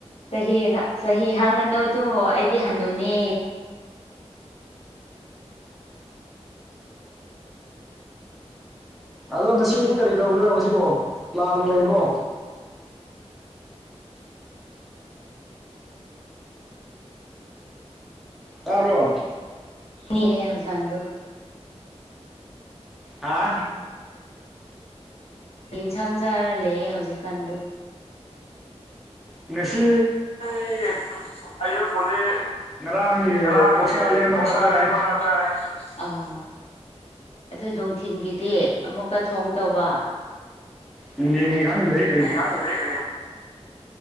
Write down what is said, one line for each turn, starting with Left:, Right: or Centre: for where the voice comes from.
Left: ꯆꯍꯤ ꯆꯍꯤ ꯍꯪꯉꯅꯨꯗ ꯑꯩꯗꯤ ꯍꯅꯨꯅꯦ
Centre: ꯑꯗꯣ ꯉꯁꯤꯗꯤ ꯀꯔꯤ ꯇꯧꯒꯔꯣ ꯉꯁꯤꯕꯣ ꯄ꯭ꯂꯥꯟ ꯂꯩꯕ꯭ꯔꯣ ꯇꯥꯕ꯭ꯔꯣ
Left: ꯅ ꯍꯧꯖ ꯑꯗꯨ
Centre: ꯍꯥ
Left: ꯌꯦꯟꯁꯥꯡ ꯆꯥꯔ ꯂꯩꯌꯦ ꯍꯧꯖꯤꯛꯀꯥꯟꯗꯣ
Centre: ꯅꯁꯤ
Left: ꯎ ꯑꯣꯄꯗ
Centre: ꯉꯔꯥꯡꯒꯤ
Left: ꯉꯔꯦ
Centre: ꯑꯣꯛꯁꯥ ꯂꯦꯝꯕ
Left: ꯑꯣꯁꯂꯕꯈ꯭ꯔꯥꯇ
Centre: ꯈꯔ ꯆꯥꯏ
Left: ꯑꯥ ꯑꯗꯨ ꯅꯨꯡꯊꯤꯤꯟꯒꯤꯗꯤ ꯑꯃꯨꯛꯀ ꯊꯣꯡꯗꯧꯕ
Centre: ꯅꯤꯒ ꯍꯥꯟꯗ꯭ꯔꯦ
Left: ꯍꯪ꯭ꯔꯦꯛ